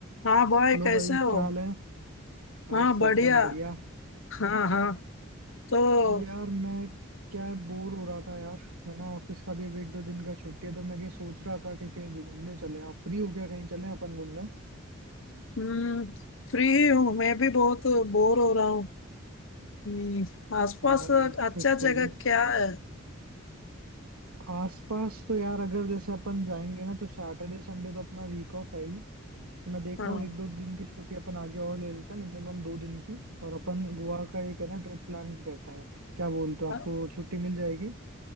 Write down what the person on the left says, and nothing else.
हाँ बॉय
कैसे
हो
हाँ बढ़िया
हाँ हाँ तो
हम्म फ्री ही हूँ मैं भी बहुत बोर हो रहा हूँ हम्म, आसपास
अच्छा
जगह
क्या है
हाँ
अ-